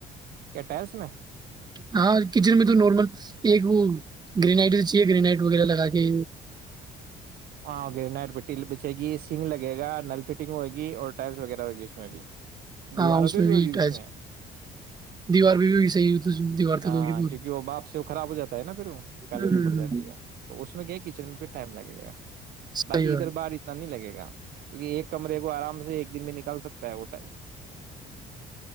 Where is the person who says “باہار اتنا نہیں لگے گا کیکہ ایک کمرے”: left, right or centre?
Right